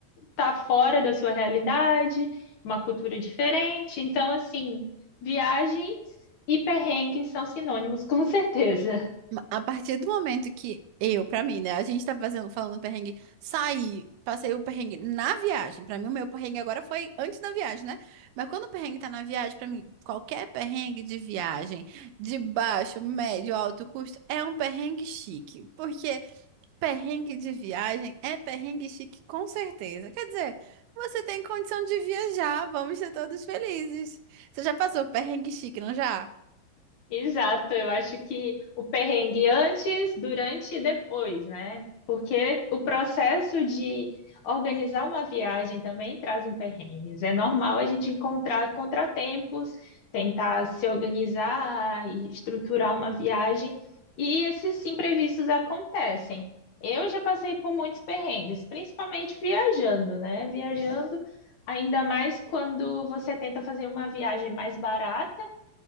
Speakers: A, on the left; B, on the right.
A: tá fora da sua realidade, uma cultura diferente. Então, assim, viagens e perrengues são sinônimos, <laughs> com certeza.
B: Ma- A partir do momento que eu, pra mim, né, a gente tá fazendo, falando perrengue, saí, passei o perrengue na viagem. Pra mim, o meu perrengue agora foi antes da viagem, né? Mas quando o perrengue tá na viagem, pra mim, qualquer perrengue de viagem, de baixo, médio, alto custo, é um perrengue chique. Porque Perrengue de viagem é perrengue chique, com certeza. Quer dizer, você tem condição de viajar, vamos ser todos felizes. Você já passou perrengue chique, não já?
A: Exato, eu acho que o perrengue antes, durante e depois, né? Porque o processo de organizar uma viagem também traz um perrengues. É normal a gente encontrar contratempos, tentar se organizar e estruturar uma viagem, e esses imprevistos acontecem. Eu já passei por muitos perrengues, principalmente viajando, né? Viajando, ainda mais quando você tenta fazer uma viagem mais barata.